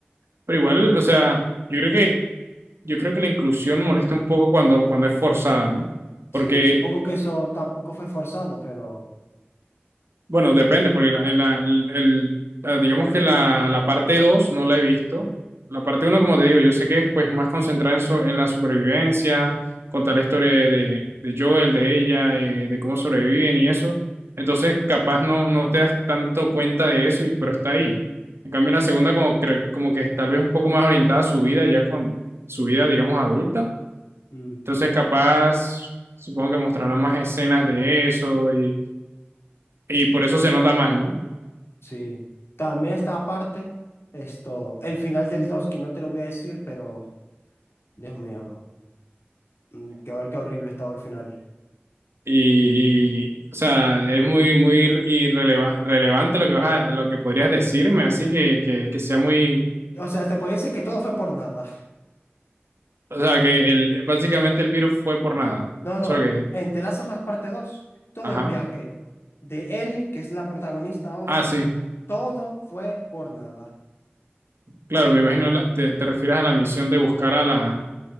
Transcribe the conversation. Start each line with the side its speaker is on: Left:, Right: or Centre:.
Right: pero igual, o sea, yo creo que, yo creo que la inclusión molesta un poco cuando, cuando es forzada, ¿no?
Left: Sí,
Right: Porque
Left: supongo que eso tampoco fue forzado, pero
Right: Bueno, depende, porque la, en la- el, el- la- digamos que la, la parte 2 no la he visto. La parte uno como te digo, yo sé que es pues más concentrada en, so- en la supervivencia, contar la historia de, de Joel, de ella, eh, de cómo sobreviven y eso. Entonces, capaz no, no te das tanto cuenta de eso, y, pero está ahí. En cambio, la segunda como, cre- como que es tal vez un poco más orientada a su vida, ya con su vida, digamos, adulta.
Left: mm,
Right: Entonces, capaz, supongo que mostrarán más escenas de eso y, y por eso se nota más, ¿no?
Left: sí. También está aparte, esto, el final del 2 que no te lo voy a decir, pero, Dios mío, mm, qué, hor- qué horrible estaba el final.
Right: Y, y, o sea, es muy, muy irreleva- relevante lo que vas a, lo que podrías decirme, así que, que, que sea muy,
Left: O sea, te podría decir que todo fue por nada.
Right: o sea, que el, básicamente el virus fue por nada.
Left: No, no.
Right: Solo que,
Left: En Te las hojas parte 2, todo
Right: ajá.
Left: el viaje de Ellie, que es la protagonista ahora,
Right: Ah, sí,
Left: todo fue por nada.
Right: claro, me imagino, la- te, te refieres a la misión de buscar a la,